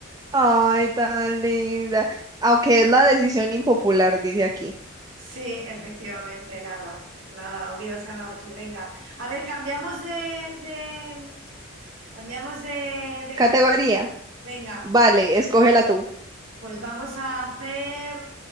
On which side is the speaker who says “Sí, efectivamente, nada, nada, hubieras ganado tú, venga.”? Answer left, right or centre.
Right